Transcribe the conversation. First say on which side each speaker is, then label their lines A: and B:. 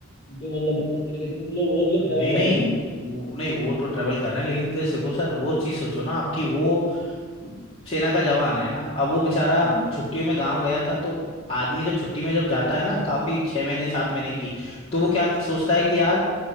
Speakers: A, on the left; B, on the left.
A: जो मतलब इस तरीके से कुछ लोग और भी तो
B: नहीं
A: ट्रैवल कर
B: नहीं
A: रहे होंगे
B: वो नहीं वो तो ट्रेवल कर रहे हैं लेकिन दे सको सर वो चीज़ सोचो ना आपकी वो अम, सेना का जवान है ना अब वो बेचारा
A: हम्म
B: छुट्टियों में गांव गया था तो आदमी जब छुट्टी में जब जाता है ना काफी छह महीने सात महीने की तो वो क्या सोचता है कि यार